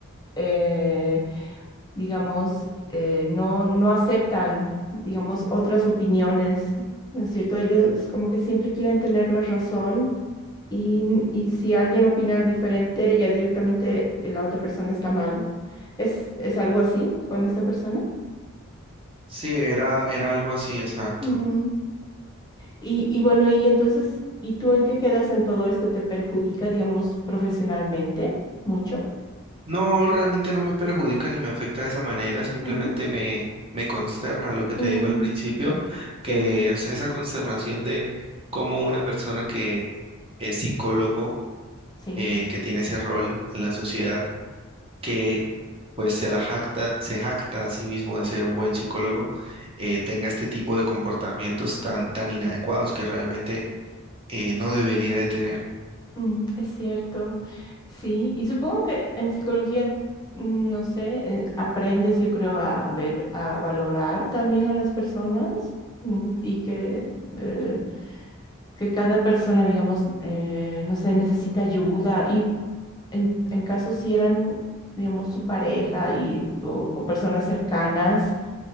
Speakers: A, on the left (about 20°); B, on the right (about 25°).
A: eh, digamos, eh, no, no aceptan, digamos, otras opiniones, ¿no es cierto? Ellos como que siempre quieren tener la razón y, y si alguien opina diferente, ya directamente la otra persona está mal. ¿Es, es algo así con esta persona?
B: Sí, era, era algo así, exacto.
A: Mm. Y, y bueno, y entonces, ¿y tú en qué quedas en todo esto? ¿Te perjudica, digamos, profesionalmente mucho?
B: No, realmente no me perjudica ni me afecta de esa manera, simplemente
A: Ujú.
B: me, me consterna lo que te
A: Mm,
B: digo al principio,
A: sí,
B: que es esa consternación de cómo una persona que es psicólogo,
A: sí,
B: eh, que tiene ese rol en la sociedad, que pues se la jacta, se jacta a sí mismo de ser un buen psicólogo, eh, tenga este tipo de comportamientos tan, tan inadecuados que realmente eh, no debería de tener.
A: mm, es cierto. Sí, y supongo que en psicología, mm, no sé, eh, aprendes, yo creo, a ver, a valorar también a las personas mm, y que, eh, que cada persona, digamos, eh, no sé, necesita ayuda. Y en, en caso si eran, digamos, su pareja y, o, o personas cercanas,